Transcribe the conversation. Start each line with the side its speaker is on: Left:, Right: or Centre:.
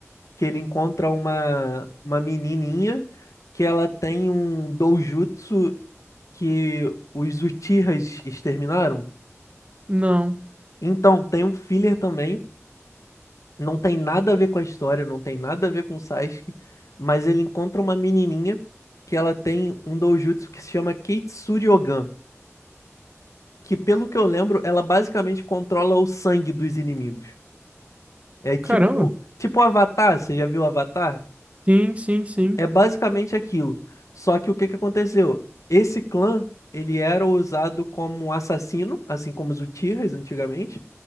Left: que ele encontra uma, uma menininha que ela tem um doujutsu que os Uchihas exterminaram.
Right: Não.
Left: Então, tem um filler também Não tem nada a ver com a história, não tem nada a ver com o Sasuke, mas ele encontra uma menininha que ela tem um doujutsu que se chama Keitsuri Ogan, que pelo que eu lembro, ela basicamente controla o sangue dos inimigos. É tipo,
Right: Caramba.
Left: tipo Avatar, você já viu Avatar?
Right: Sim, sim, sim.
Left: É basicamente aquilo. Só que o que que aconteceu? Esse clã, ele era usado como assassino, assim como os Uchihas antigamente,